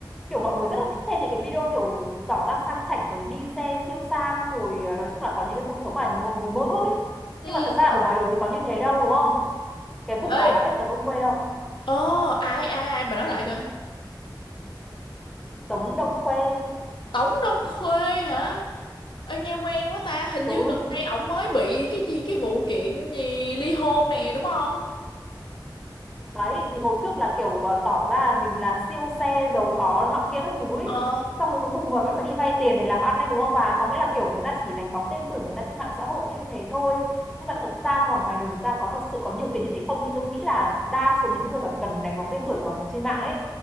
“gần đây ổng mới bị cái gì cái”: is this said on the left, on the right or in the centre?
Left